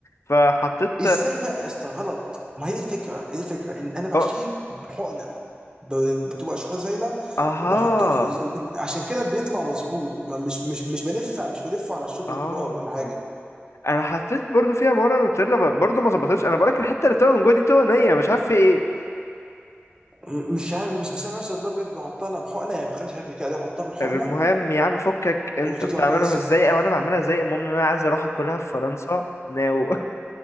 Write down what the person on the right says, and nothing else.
ازاي بقى يا اسطى غلط ما هي دي الفكره هي دي الفكره ان انا بحشيه
بحقنه ب- بتبقى اشخاص سايله
وبحطها في زي ما يكون- عشان كده بيطلع مظبوط ما مش مش مش بلف مش بلف على الشوكليت
بار ولا حاجه
م- مش عارف بس بس انا نفسي والله بجد بحطها انا بحقنه يعني بخلي شكل كده احطها بالحقنه
وبتطلع
كويسه